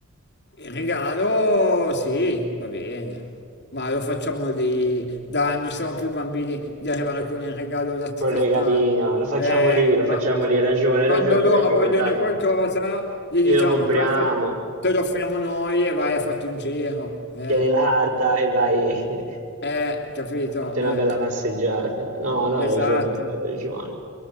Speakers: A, on the left; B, on the right.
A: Il regalo, sì, va bene, ma lo facciamo lì, dai, non siamo più bambini di arrivare con il regalo da
B: Col
A: scartare.
B: regalino, lo facciamo
A: Eh,
B: lì, lo facciamo
A: qua-
B: lì. Hai Ragione, hai
A: quando
B: ragione,
A: loro
B: hai ragione,
A: vogliono
B: dai.
A: qualcosa, gli diciamo
B: Glielo compriamo.
A: questo te te lo offriamo noi e vai a farti un giro. Eh,
B: Tieni la carta e vai. <laughs>
A: eh, capito?
B: Fate una
A: Eh,
B: bella passeggiata. No, no, hai
A: esatto,
B: ragione, hai ragione.